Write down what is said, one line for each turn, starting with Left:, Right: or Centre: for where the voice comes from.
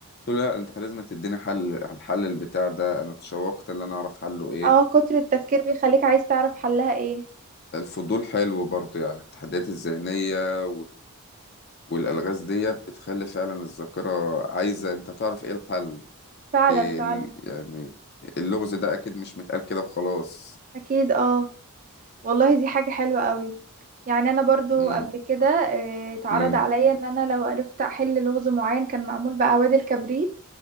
Left: قلت له لا أنت لازم تديني حل على الحل البتاع ده أنا اتشوقت إن أنا أعرف حله إيه
Right: اه كتر التفكير بيخليك عايز تعرف حلها ايه
Left: والفضول حلو برضه يعني التحديات الذهنية والالغاز ديت بتخلي فعلا الذاكره عايزه انت تعرف ايه الحل
Right: فعلا
Left: إيه
Right: فعلا
Left: ال... يعني اللغز ده اكيد مش متقال كده وخلاص
Right: اكيد اه والله دي حاجة حلوة قوي يعني انا برضو
Left: امم
Right: قبل كده آه، اتعرض
Left: امم
Right: عليا ان انا لو عرفت احل لغز معين كان معمول باعواد الكبريت